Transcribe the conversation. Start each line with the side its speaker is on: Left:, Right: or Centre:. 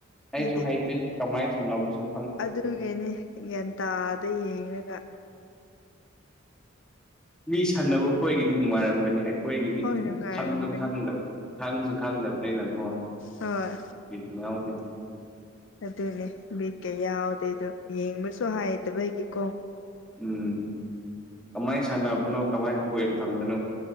Centre: ꯑꯩꯁꯨ
Left: ꯑꯩꯗꯤ
Centre: ꯍꯩꯇꯦ ꯀꯃꯥꯏ ꯁꯝꯅꯕꯨꯁꯨ
Left: ꯑꯗꯨꯒꯤꯅꯤ ꯒ꯭ꯌꯥꯟꯇꯥꯥꯗ ꯌꯦꯡꯉꯒ
Centre: ꯃꯤ ꯁꯥꯟꯅꯕ ꯈꯣꯏꯒꯤꯗꯤ ꯅꯨꯡꯉꯥꯏꯔꯝꯒꯅꯤ ꯑꯩꯈꯣꯏꯒꯤꯗꯤ
Left: ꯍꯣꯏ ꯅꯨꯡꯉꯥꯏꯔꯝꯒꯅꯤ
Centre: ꯈꯪ ꯈꯪꯁꯨ ꯈꯪꯗꯕꯅꯤ ꯅꯪꯉꯣ
Left: ꯍꯣꯏ
Centre: <unintelligible>
Left: ꯑꯗꯨꯅꯦ ꯕꯦꯛ ꯀ ꯌꯥꯎꯗꯦꯗꯣ ꯌꯦꯡꯕꯁꯨ ꯍꯩꯇꯕ ꯒꯤꯀꯣ
Centre: ꯎꯝ ꯀꯃꯥꯏꯅ ꯁꯥꯟꯅꯕꯅꯣ ꯀꯃꯥꯏ ꯄꯣꯏꯟ ꯐꯪꯕꯅꯣ